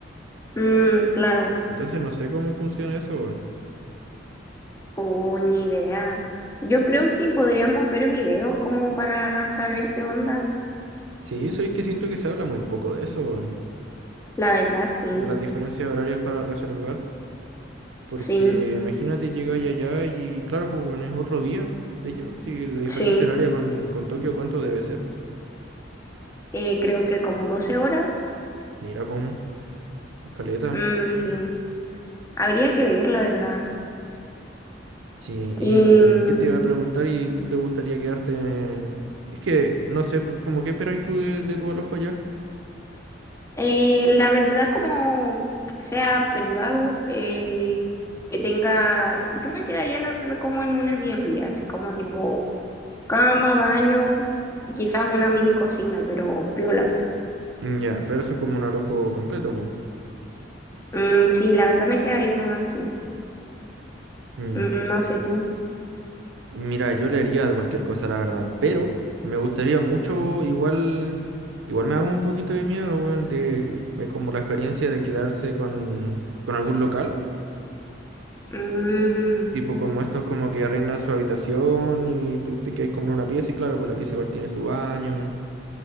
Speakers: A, on the left; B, on the right.
A: mm, claro,
B: Entonces no sé cómo funciona eso, weón.
A: o ni idea. Yo creo que podríamos ver videos como para saber qué onda.
B: Sí, soy que siento que se habla muy poco de eso, weón,
A: La verdad, sí,
B: De las diferencias horarias para reservar. Porque
A: sí,
B: imagínate llegar allá y claro, pues bueno, es otro día. De lleno, pues, si la diferencia
A: sí.
B: horaria con, con Tokio, ¿cuánto debe ser?
A: Eh, creo que como 12 horas,
B: Mira, pues, weón, escaleta.
A: mm, sí. Habría que ver, la verdad.
B: Sí, ¿y
A: Y mm,
B: qué te iba a preguntar? ¿Y tú te gustaría quedarte? Es que, no sé, pues, como qué esperáis tú de, de tu alojo allá.
A: Eh, la verdad, como que sea privado, eh, que tenga, yo me quedaría la verdad como en un Airbnb, así como tipo cama, baño y quizás una mini cocina, pero piola, pues.
B: Mm, Ya, pero eso es como un alojo completo, pues.
A: Mm, sí, la verdad me quedaría en una así.
B: mm.
A: Mm, no sé tú.
B: Mira, yo leería cualquier cosa, la verdad. Pero me gustaría mucho, igual, igual me hago un poquito de miedo, weón, de, de como la experiencia de quedarse con, con algún local.
A: Mm,
B: Tipo como estos como que arriendan su habitación y tú te quedas como en una pieza y claro, pues la pieza igual tiene su baño.